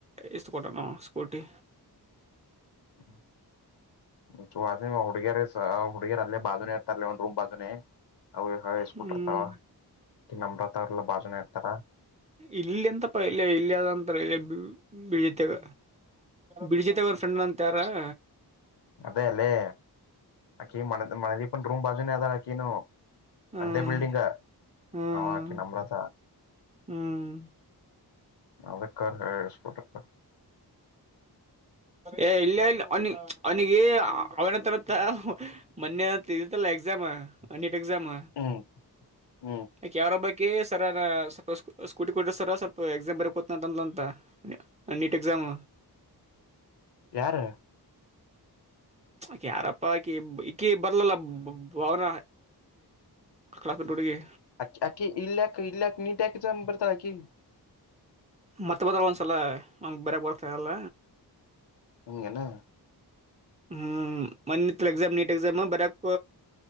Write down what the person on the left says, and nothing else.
ಹ್ಮ್ ಅ ಹುಡುಗಿಯರ ಹುಡುಗಿಯರ ಅಲ್ಲೇ ಬಾಜುನೇ ಇರ್ತಾರೆ ಒಂದು ರೂಮ್ ಬಾಜುನೇ ಅವು ಇಸ್ಕಟ್ಟಿರ್ತಾವ
ತಿ ನಂಬ್ರತಾರ್ಲ್ಲ ಬಾಜನ ಇರ್ತಾರ
ಅದೇ ಅಲ್ಲೇ ಆಕಿ ಮಣ ಮಣದೀಪನ್ ರೂಮ್ ಬಾಜು ಅದ ಹಾಕಿ
ಒಂದೇ ಬಿಲ್ಡಿಂಗ್
ಹಾಕಿ ನಮ್ರತ
ಅದಕ್ಕ ಹೇಳಸ್ಬಿಟ್ಟತ
ಹ್ಮ್ ಹ್ಮ್
ಯಾರು
ಅ ಅಕ್ಕಿ ಇಲ್ಲಕ್ಕ ಇಲ್ಲಕ್ ನೀಟ್ಯಾಕ ಬರ್ತಾ ಆಕಿ
ಹಂಗೆನಾ